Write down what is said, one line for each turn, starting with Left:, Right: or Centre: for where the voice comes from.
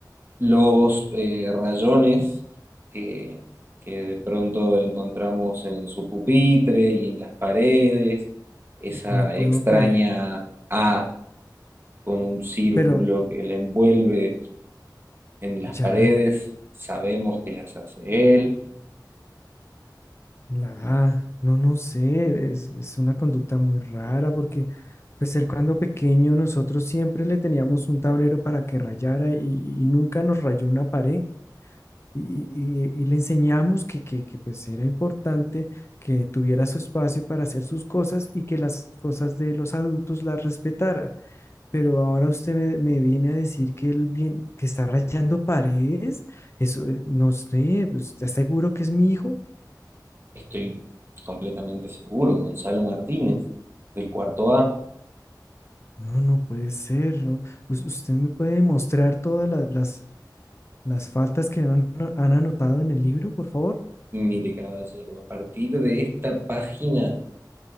Right: Los eh, rayones que, que de pronto encontramos en su pupitre y en las paredes, esa
Left: no puedo
Right: extraña
Left: creer.
Right: A con un círculo
Left: Pero
Right: que le envuelve en las paredes,
Left: ya,
Right: sabemos que las hace él.
Left: la A, no, no sé, es, es una conducta muy rara porque, pues él cuando pequeño nosotros siempre le teníamos un tablero para que rayara y, y- y nunca nos rayó una pared. Y, y- y le enseñamos que, que, que pues era importante que tuviera su espacio para hacer sus cosas y que las cosas de los adultos las respetara. Pero ahora usted me, me viene a decir que él bien, que está rayando paredes. Eso, eh, no sé, pues, ¿está seguro que es mi hijo?
Right: Estoy completamente seguro, Gonzalo Martínez, del cuarto A.
Left: No, no puede ser, ¿no? Us- ¿Usted me puede demostrar todas la- las, las faltas que han, han anotado en el libro, por favor?
Right: Mire, caballero, a partir de esta página